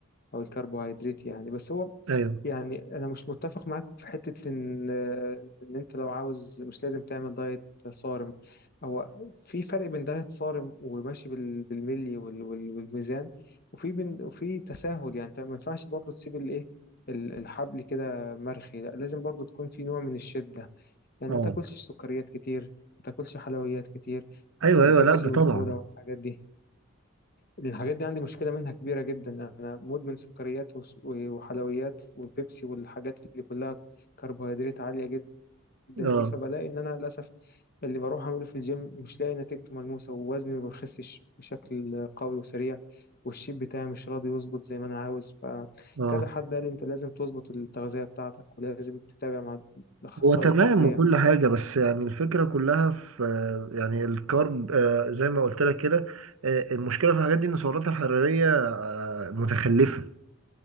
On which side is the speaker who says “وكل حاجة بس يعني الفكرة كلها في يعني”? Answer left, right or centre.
Right